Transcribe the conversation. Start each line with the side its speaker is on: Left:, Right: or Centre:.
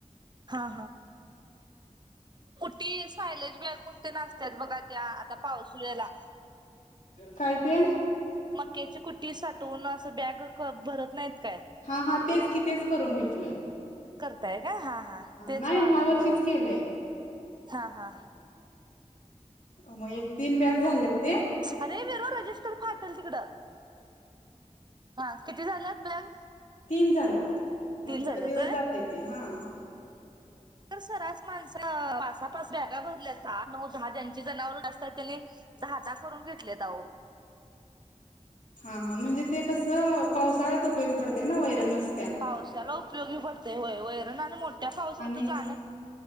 Right: हा ती सायलेज बॅग कुठ असत्यात बघा त्या आता पाऊसोल्ह्याला..
Left: काय ते
Right: मक्याची कुट्टी साठवून असं बॅग भरत नाहीत. काय?
Left: हा हा तेच कि तेच करून घेतलंय
Right: घेताय का हा हा तेच
Left: नाही
Right: वाळून
Left: ह्या वर्षीच
Right: वय
Left: केलंय
Right: हा हा
Left: मग एक तीन बॅग झालेत.
Right: अरे विरु र रजिस्टर फाड चल तिकडं. हा किती झाल्यात बॅग.
Left: तीन झाल्यात मग
Right: तीन
Left: थोडे
Right: झाल्यात
Left: दिवस जातय ते हा.
Right: हित सराास माणस पासा पासा बॅगा भरल्याहाआठ नऊ दहा ज्यांची जनावर जास्त आहेत त्यांनी दहा दहा करून घेतलेत अहो.
Left: हा हा म्हणजे ते कसं पावसाळ्यात उपयोगी पडते ना वैरन नस
Right: पावसाला उपयोगी पडते होय वैरण आणि मोठ्या पावसाात
Left: आणि
Right: जाणं.